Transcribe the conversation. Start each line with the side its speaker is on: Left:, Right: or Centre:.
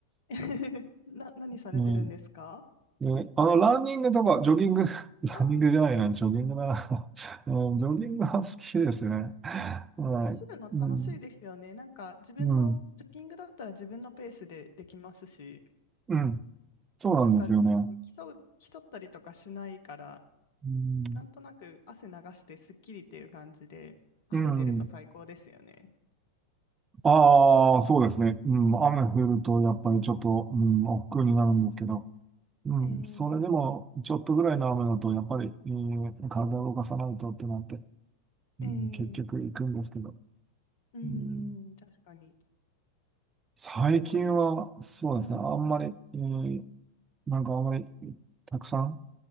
Left: <laughs> な、何されてるんですか
Right: うん。ねあの、ランニングとか、ジョギング、<laughs> ランニングじゃないな、
Left: ああーえ
Right: ジョギングだな。<laughs> うん、ジョギングは好きですね。はい。
Left: でも走るの楽しいですよね。
Right: うん、
Left: なんか自分のジョギングだったら自分のペースでできますし、
Right: うん、うん。そうなんですよね。
Left: なんかあの競う、競ったりとかしないから、
Right: うん。
Left: なんとなく汗流してすっきりっていう感じで、晴れてると最高ですよね。
Right: うん。ああ、そうですね。うん。雨降ると、やっぱりちょっと、うん、億劫になるんですけど、うん。
Left: えー、
Right: それでも、ちょっとぐらいの雨だと、やっぱり、えー体を動かさないとってなって、うん、
Left: えー、
Right: 結局行くんですけど、
Left: うん、
Right: うん。
Left: うん確かに。
Right: 最近は、
Left: なんか他に、
Right: そうですね。
Left: はい、
Right: あんまり、えーなんかあんまり、たくさん、